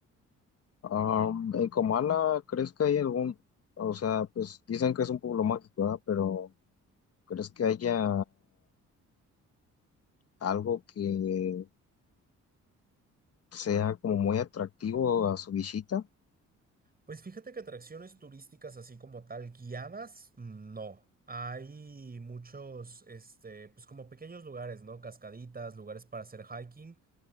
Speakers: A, on the left; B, on the right.
A: Am, en Comala, ¿crees que hay algún, o sea, pues dicen que es un pueblo mágico, ¿verdad? Pero ¿crees que haya algo que sea como muy atractivo a su visita?
B: Pues fíjate que atracciones turísticas así como tal, guiadas, no. Hay muchos, este, pues como pequeños lugares, ¿no? Cascaditas, lugares para hacer hiking